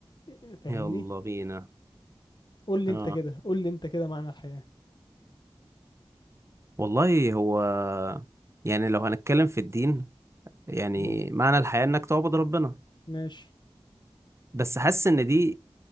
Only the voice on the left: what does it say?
إيه- فاهمني
قول لي
انت كده قول لي انت كده معنى الحياة
مم.
ماشي